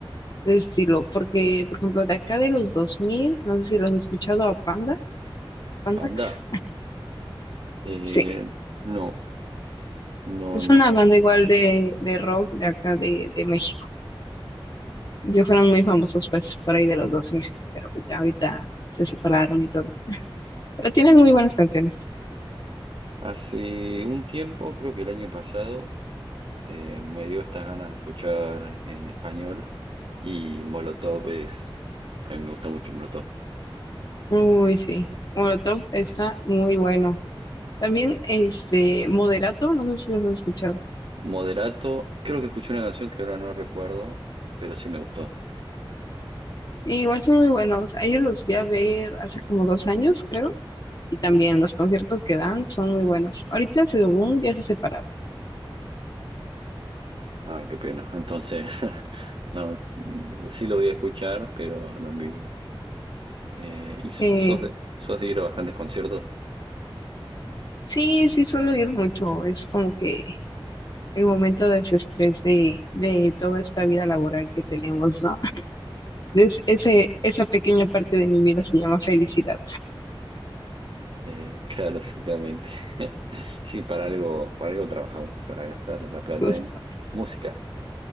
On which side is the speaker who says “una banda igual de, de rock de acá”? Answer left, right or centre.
Left